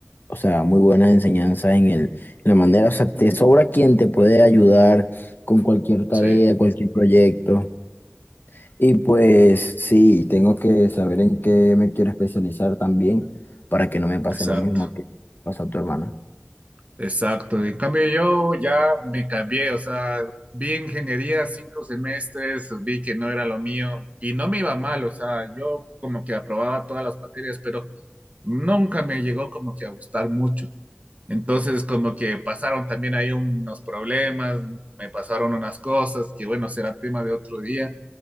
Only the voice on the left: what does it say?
o sea, muy buena enseñanza en el, en la manera, o sea, te sobra quien te puede ayudar con cualquier tarea,
cualquier proyecto. Y pues sí, tengo que saber en qué me quiero especializar también para que no me pase
lo mismo que pasó a tu hermana.